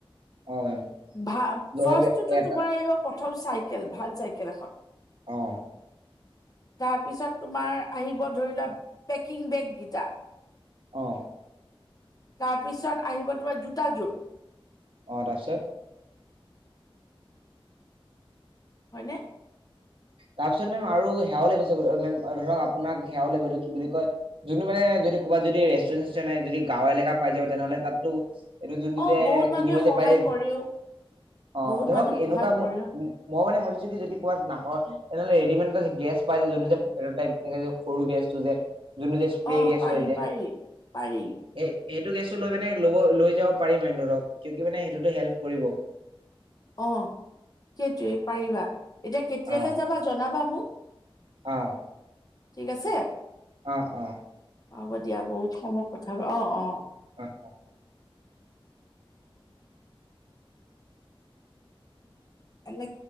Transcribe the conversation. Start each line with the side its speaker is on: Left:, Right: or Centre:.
Right: অ মেম
Left: ভ
Right: ধৰক
Left: ফাৰ্ষতো
Right: এটা
Left: তোমাৰ আহিব প্ৰথম চাইকেল ভাল চাইকেল এখন
Right: আহ
Left: তাৰপিছত তোমাৰ আহিব ধৰি লোৱা পেকিং বেগকিটাণধধধ
Right: আহ
Left: তাৰপিছত আহিব তোমাৰ জোতাযোৰ
Right: অ ত আছত
Left: হয়নে
Right: তাৰপিছত মেম আৰু সেয়াও ল গৈছেম ধৰক আপোনাক সেৱও ল কি বুলি কয় যোনটো মানে যদি ক'ৰবাত যদি ৰেষ্টুৰেণ্টাই যদি গাঁও এলেকা পাই যাব তেনেহলে তাতো এইটো যোনটো
Left: অ
Right: যে
Left: বহুত মানুহে
Right: কিনিব
Left: সহায়
Right: যে পাই যে
Left: কৰেও
Right: অ
Left: বহুত
Right: ধৰক
Left: মানুহে
Right: এনেকুৱা
Left: সহায় কৰে
Right: ম মই মানে ভাবিছো কি যদি ক'বাত নাপাওঁ এনেহ'লেৰেডিমেড এটা গেছ পাই যে যোনটো যে ভ টাইপ থাকে যে সৰু গেছটো যে যোন যে
Left: অ
Right: স্প্ৰে গেছ
Left: পাৰি
Right: হৈ যে
Left: পাৰি পাৰি
Right: সেই সেইটো গেছটো লৈ মানে লব লৈ যাব পাৰিমে ধৰক ক মানে সেইটোতো হেল্প কৰিব
Left: অ সেইটোৱে পাৰিবা এতিয়া কেতিয়ালৈ
Right: অ
Left: যাবা জনাবা মোক
Right: অ'
Left: ঠিক আছে,
Right: অ অ
Left: হব দিয়া বহুত সময় কথা অ' অ'।
Right: হয়।
Left: এনে